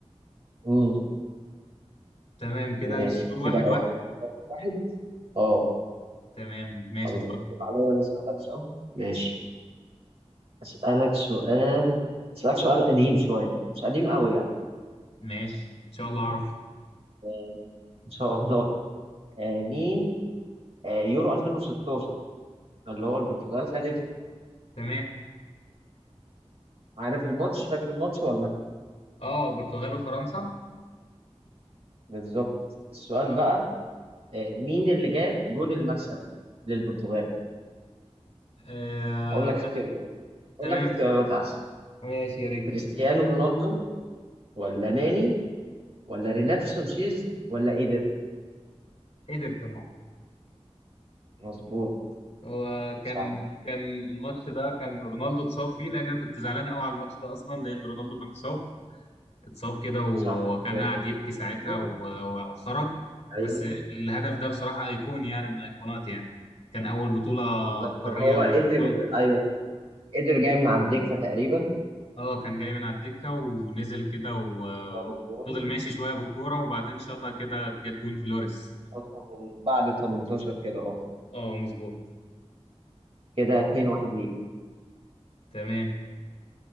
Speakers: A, on the right; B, on the left.
A: امم
B: تمام كده
A: ماشي
B: السكور واحد
A: كده واحد
B: واحد
A: واحد اه
B: تمام ماشي
A: خلاص
B: اتفضل
A: انت عليا انا اسالك صح ماشي اسالك سؤال اسالك سؤال قديم شوية مش قديم قوي يعني
B: ماشي إن شاء الله أعرف
A: آه، ان شاء <laughs> الله آه، مين آه، يورو 2016 اللي هو البرتغال خدت
B: تمام
A: عارف الماتش فاكر الماتش ولا
B: اه برتغال وفرنسا
A: بالظبط السؤال
B: اه
A: بقى آه، مين اللي جاب جون المكسب للبرتغال
B: آه،
A: هقول لك اختيارات هقول
B: تمام
A: لك اختيارات احسن
B: ماشي يا ريت
A: كريستيانو رونالدو ولا ناني ولا ريناتو سانشيز ولا ايدر
B: قدر طبعا
A: مظبوط
B: هو كان
A: صح
B: كان الماتش ده كان رونالدو اتصاب فيه لان انا كنت زعلان قوي على الماتش ده اصلا لان رونالدو كان اتصاب اتصاب كده وكان
A: صح هو
B: قاعد يبكي ساعتها
A: إيدر.
B: و- و- وخرج
A: ايوه
B: بس الهدف ده بصراحة ايقوني يعني من ايقونات يعني كان اول بطولة
A: بالظبط
B: قارية
A: كان هو
B: لرونالدو
A: قدر ايوه قدر جاي من على الدكه تقريبا
B: اه كان جاي من على الدكة ونزل كده و-
A: وجاب الجون
B: وفضل ماشي شوية بالكورة وبعدين شاطها كده جت جون فلوريس
A: فترة من بعد 18 كده اه
B: اه مظبوط
A: كده 2 1 ليك
B: تمام